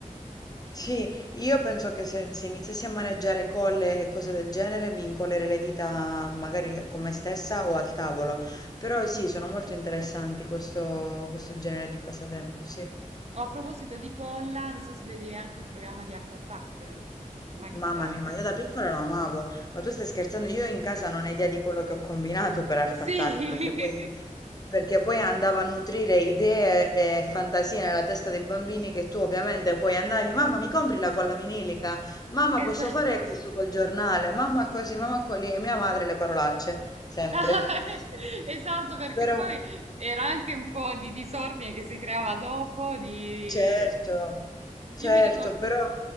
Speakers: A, on the left; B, on the right.
A: Sì, io penso che se se iniziassi a maneggiare colle e cose del genere mi incollerei le dita magari con me stessa o al tavolo. Però sì, sono molto interessanti questo questo genere di passatempo, sì.
B: Oh, a proposito di colla, non so se vedevi anche il programma di Art Attack. Ti è mai
A: Mamma
B: capitato?
A: mia, ma io da piccola lo amavo, ma tu stai scherzando? Io in casa non ho idea di quello che ho combinato per Art Attack,
B: Sì, <laughs>
A: perché poi, perché poi andavo a nutrire idee e fantasie nella testa dei bambini che tu ovviamente poi andavi, mamma mi compri la colla vinilica, mamma
B: esatto.
A: posso fare questo col giornale, mamma così, mamma così, e mia madre le parolacce, sempre.
B: Ah, <laughs>
A: <laughs>
B: Esatto, perché
A: Però...
B: poi era anche un po' di disordine che si creava dopo, di...
A: Certo, certo,
B: Io mi ricordo...
A: però,